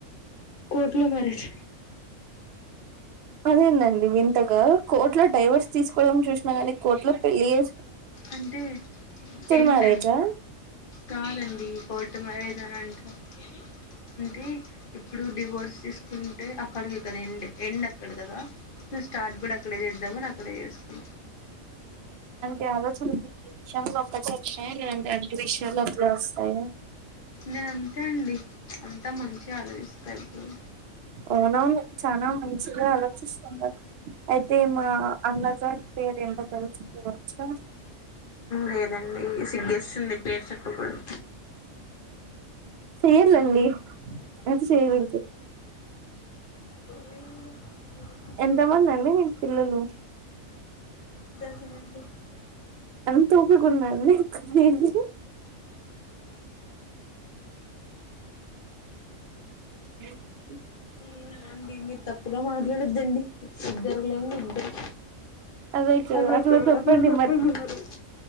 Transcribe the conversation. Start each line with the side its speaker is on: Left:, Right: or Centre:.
Left: కోర్ట్లో మ్యారేజ్
Right: అదేనండి వింతగా కోర్టులో డైవర్స్ తీసుకోవడం చూసినా కానీ కోర్టులో పెళ్ళి చే
Left: అంటే ఎండ్
Right: మ్యారేజా
Left: కాదండి కోర్టు మ్యారేజ్ అని అంటారు అంటే ఇప్పుడు డివోర్స్ తీసుకుంటే అక్కడికి కదా ఎండ్ ఎండ్ అక్కడ కదా నేను స్టార్ట్ కూడా అక్కడే చేద్దామని అక్కడే చేసుకున్నా
Right: ఇ ఆలోచనలు ఈ విషయ ఒకక్కటి వచ్చాయి లేదు అంతే అన్ని విషయాలు అట్లే వస్తాయి
Left: నేను అంతే అండి అంతా మంచిగా ఆలోచిస్తాయి ఇప్పుడు
Right: అవునవును చనా మంచిగా ఆలోచిస్తున్నారు అయితే మా అన్నగారు పేరు ఎంత తెరచకు వచ్చా
Left: లేదండి సిగ్గేసింది పేరు చెప్పకూడదు
Right: చేయలేండి అది చే వి
Left: చూడండి ఇప్పుడే
Right: ఎంతమంది అండి మీకు పిల్లలు
Left: దర్శనండి
Right: అంత ఓపికున్నాదా అండి మీకు అ
Left: ఏమోనండి మీరు తప్పుగా మాట్లాడద్దండి ఇద్దరులేండి ఇద్దరు
Right: అదే కదా
Left: అే
Right: అట్లా చెప్పండి
Left: చెప్పే బ మరి